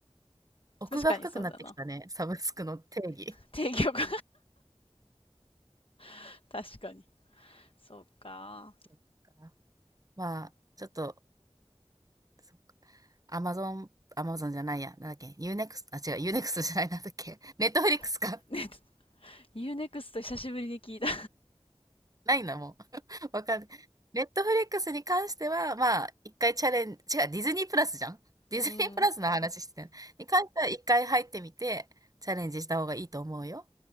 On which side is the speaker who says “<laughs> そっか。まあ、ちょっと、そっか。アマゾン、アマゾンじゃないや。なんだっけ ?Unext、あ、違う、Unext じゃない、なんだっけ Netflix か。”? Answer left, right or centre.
Right